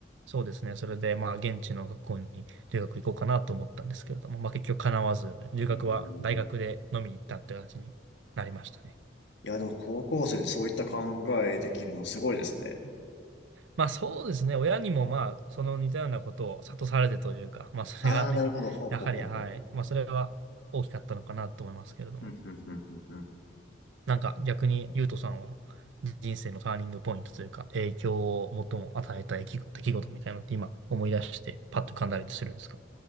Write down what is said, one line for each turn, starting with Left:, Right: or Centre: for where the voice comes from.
Right: そうですね。それで、まあ、現地の学校に留学行こうかなと思ったんですけれども、まあ、結局叶わず、留学は大学でのみ行ったという形になりましたね。
Left: えー、いや、でも高校生でそういった考えできるのすごいですね。
Right: まあ、そうですね。親にも、まあ、その似たようなことを諭されてというか、まあ、それがね、
Left: ああ、なるほど。ほうほうほうほう。
Right: やはり、はい。まあ、それは大きかったのかなと思いますけれども。
Left: ふんふんふんふんふん
Right: なんか逆に、ゆうとさんは人生のターニングポイントというか、影響を最も与えた出来事、出来事みたいなのって今思い出して、パッと噛んだりするんですか